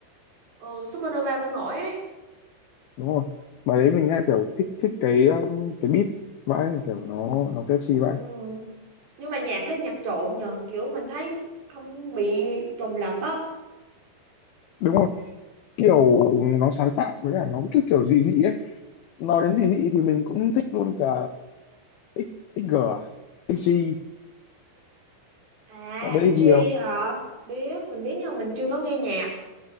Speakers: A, on the right (about 50°); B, on the left (about 75°).
A: ừ, Supernova cũng nổi ấy
B: đúng rồi bài đấy mình nghe kiểu thích thích cái um, cái beat vãi kiểu nó nó catchy
A: Ừm,
B: vậy
A: Nhưng mà nhạc đấy nhạc trộn nhờ Kiểu mình thấy không bị trùng lặp á
B: đúng rồi kiểu nó sáng tạo với cả nó cái kiểu dị dị ấy nói đến dị dị thì mình cũng thích luôn cả X XG à? XG
A: À,
B: bạn biết
A: EG
B: XG không
A: hả? Biết, mình biết nhưng mà mình chưa có nghe nhạc.